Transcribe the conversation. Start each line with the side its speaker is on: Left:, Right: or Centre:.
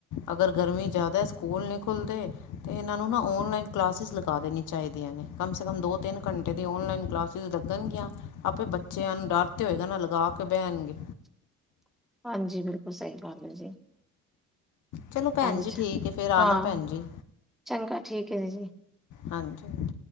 Left: ਅਗਰ ਗਰਮੀ ਜ਼ਿਆਦਾ ਸਕੂਲ ਨਹੀਂ ਖੁੱਲ੍ਹਦੇ ਤਾਂ ਇਹਨਾਂ ਨੂੰ ਨਾ ਔਨਲਾਈਨ ਕਲਾਸਿਸ ਲਗਾ ਦੇਣੀਆਂ ਚਾਹੀਦੀਆਂ ਨੇ ਕਮ ਸੇ ਮ ਦੋ ਤਿੰਨ ਘੰਟੇ ਦੀ ਔਨਲਾਈਨ ਕਲਾਸਿਸ ਲੱਗਣਗੀਆਂ ਆਪੇ ਬੱਚਿਆਂ ਨੂੰ ਡਰ ਤੇ ਹੋਏਗਾ ਨਾ ਲਗਾ ਕੇ ਬਹਿ ਪੇਣਗੇ
Centre: <inaudible> ਹਾਂਜੀ, ਬਿਲਕੁਲ ਸਹੀ ਗੱਲ ਏ ਜੀ।
Left: ਚਲੋ ਭੈਣ
Centre: ਹਾਂਜੀ
Left: ਜੀ ਠੀਕ ਹੈ, ਫਿਰ ਆਣਾ
Centre: ਹਾਂ
Left: ਭੈਣ ਜੀ।
Centre: ਚੰਗਾ ਠੀਕ ਏ ਜੀ।
Left: ਹਾਂਜੀ-ਹਾਂਜੀ।